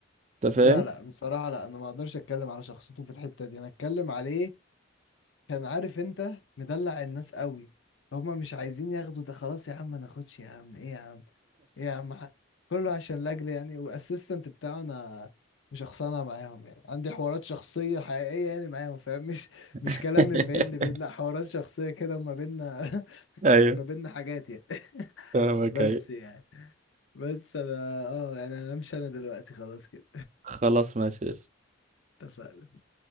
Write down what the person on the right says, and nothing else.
انت فاهم؟
<laughs>
ايوه
فاهمك
ايوه
خلاص ماشي